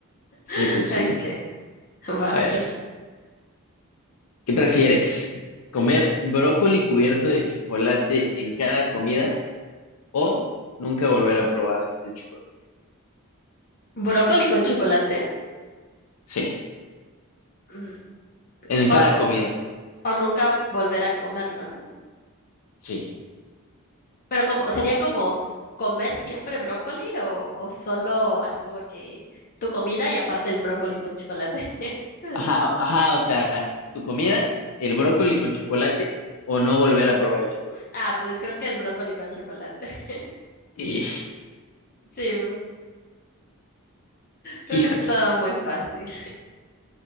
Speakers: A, on the left (about 40°); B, on the left (about 75°).
A: <laughs>
B: Sí, pues sí.
A: Ok, vale.
B: A ver. ¿Qué prefieres? ¿Comer brócoli cubierto de chocolate en cada comida o nunca volver a probar el chocolate?
A: ¿Brócoli con chocolate?
B: Sí,
A: Mm,
B: en
A: O,
B: cada comida,
A: o nunca volver a comerlo, ¿no?
B: sí.
A: Pero como, ¿sería como comer siempre brócoli o, o solo así como que tu comida y aparte el brócoli con chocolate? <laughs>
B: Ajá, ajá, o sea, tu comida, el brócoli con chocolate o no volver a probar el chocolate. <laughs>
A: Ah, pues creo que el brócoli con chocolate. <laughs>
B: Y,
A: Sí, creo
B: híjole,
A: que eso estaba muy fácil.